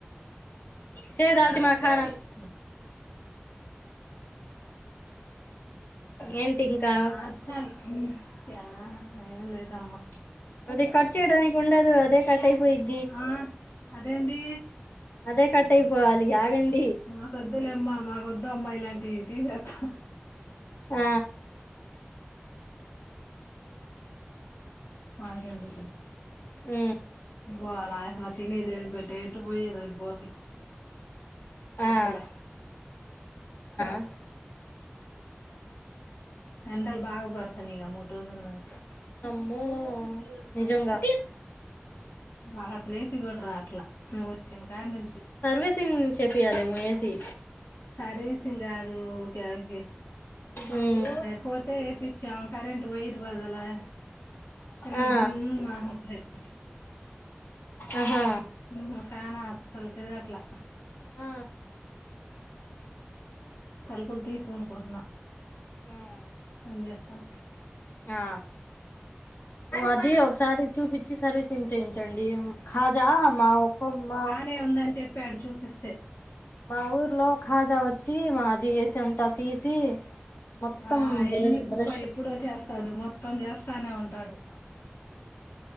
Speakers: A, on the left (about 55°); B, on the left (about 75°).
A: చెయ్య నంది మా కాడ
B: ఓ
A: ఏంటి ఇంకా
B: ఆ వచ్చాన్ ఏం లేదమ్మా
A: అదే కర్చడానికి ఉండదు అదే కట్ అయిపోయింది
B: ఆ అదేంది
A: అదే కట్టయిపోవాలి ఆగండి
B: మాకు వద్దులే అమ్మ మాకు వద్దు అమ్మాయి ఇలాంటి టీషర్ట్స్
A: ఆ
B: ఫైవ్ హండెడ్
A: ఉమ్
B: పో అలా తినేది ఎటు పోయేది అటు పోతది అందులే
A: ఆ ఆ
B: ఎండలు బాగా పడుతున్నాయి కదా మూడు రోజుల నుంచి
A: ఊ నిజంగా
B: మాకు అసలు ఎసి కూడా రావట్ల మేము వచ్చిన కాడ నుంచి
A: సర్వీసింగ్ చేపియాలేమో ఏసీ
B: సర్వీసింగ్ కాదు దానికి
A: ఉమ్
B: పోతే చూపించాము కరెంటు వైరు బదలాయే కరెంటు
A: ఆ
B: దిమ్ ఆ తేహే
A: ఆహా
B: మా ఫ్యాన్ అసలు తిరగట్లే
A: ఆ
B: తలుపులు తీసి పడుకుంటున్న
A: ఆ
B: ఏం చేస్తాం
A: ఆ అది ఒకసారి చూపించి సర్వీసింగ్ చేయించండి కాజా అమ్ మా ఒకుమ్ మా
B: నే ఉందని చెప్పాడు చూపిస్తే
A: మా ఊర్లో ఖజా వచ్చి మాది దేసిఅంతా తీసి మొత్తం
B: ఆ
A: బ్రష్
B: ఎన్ని పుప్ప
A: బ్రష్లతో
B: ఎప్పుడో చేస్తాడు మొత్తం చేస్తానే ఉంటాడు